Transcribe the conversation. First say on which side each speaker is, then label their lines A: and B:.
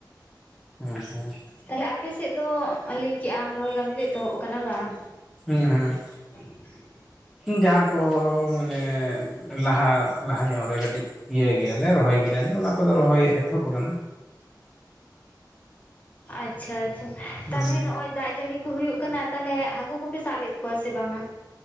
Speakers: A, in the centre; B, on the left (about 20°).
A: ᱦᱩᱸ ᱦᱩᱸ
B: ᱛᱟᱦᱞᱮ ᱟᱯᱮ ᱥᱮᱫ ᱫᱚ ᱞᱟᱹᱭ ᱠᱮᱟᱢ ᱨᱚᱦᱚᱭ ᱠᱟᱹᱢᱤ ᱫᱚ ᱮᱛᱚᱦᱚᱵ ᱟᱠᱟᱱᱟ ᱵᱟᱝ
A: ᱦᱩᱸ ᱦᱩᱸ
B: <unintelligible>
A: ᱡᱟᱦᱟᱸ ᱠᱚ ᱢᱟᱱᱮ ᱞᱟᱦᱟ ᱞᱟᱦᱟ ᱧᱚᱜ ᱨᱮ ᱠᱟᱹᱴᱤᱡ ᱤᱭᱟᱹ ᱜᱮᱭᱟᱞᱮ ᱨᱚᱦᱚᱭ ᱜᱮᱭᱟᱞᱮ ᱚᱱᱟ ᱠᱚᱫᱚ ᱨᱚᱦᱚᱭ ᱮᱛᱚᱦᱚᱵ ᱠᱟᱱᱟ
B: ᱟᱪᱪᱷᱟ ᱟᱪᱪᱷᱟ
A: ᱦᱩᱸ
B: ᱛᱟᱞᱦᱮ ᱱᱚᱜ-ᱚᱭ ᱫᱟᱜ ᱡᱟᱹᱲᱤ ᱦᱩᱭᱩᱜ ᱠᱟᱱᱟ ᱛᱟᱦᱚᱞᱮ ᱦᱟᱹᱠᱩ ᱠᱚᱯᱮ ᱥᱟᱵ ᱮᱫ ᱠᱚᱣᱟ ᱥᱮ ᱵᱟᱝ-ᱟ᱾